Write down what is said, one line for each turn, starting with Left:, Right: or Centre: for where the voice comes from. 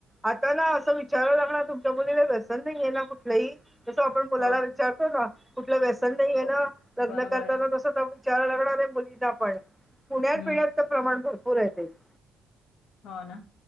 Centre: आता ना असं विचाराव लागणार तू मुलीला व्यसन नाही आहे ना कुठलंही जसं आपण मुलाला
Left: हो
Centre: विचारतो ना लं व्यसन नाही आहे
Left: हो.
Centre: ना लग्न
Left: बरोबर
Centre: करताना
Left: आहे.
Centre: तसं विचार लागणार आहे मुलींना पण पुण्यात
Left: हम्म.
Centre: पिण्यात तर प्रमाण भरपूर आहे ते <inaudible>
Left: <inaudible> हो ना